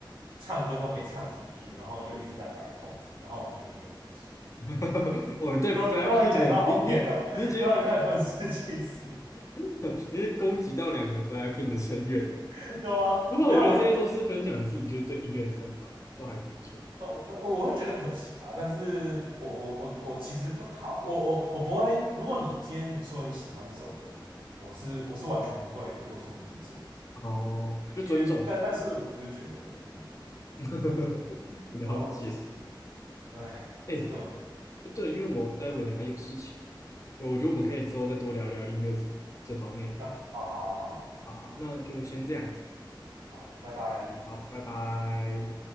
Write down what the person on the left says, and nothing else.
<laughs> 我们对
Blackpink 的你你你已经
<laughs> 你已经攻击到两个 Blackpink 的成员了。
不过我觉得这些都是分享自己就是对音乐的看法，
都还挺不错。
哦，就尊重，
<laughs> 了解。
哎、
哎对，因为我待会等一下有事情，我觉得我们可以之后再多聊聊音乐这这方面的。
好好，那就先这样子，
好，拜拜。